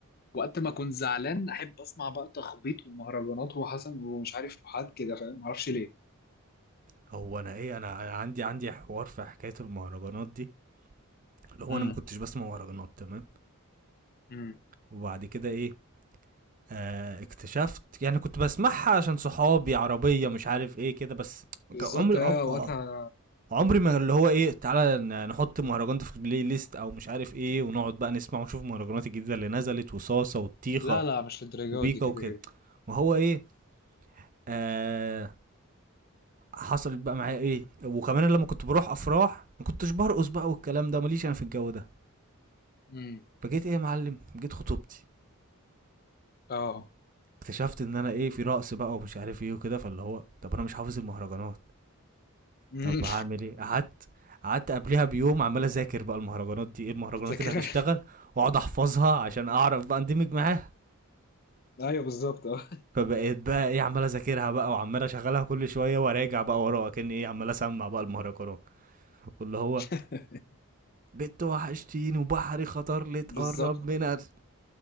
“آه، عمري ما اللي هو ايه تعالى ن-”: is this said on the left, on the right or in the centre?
Right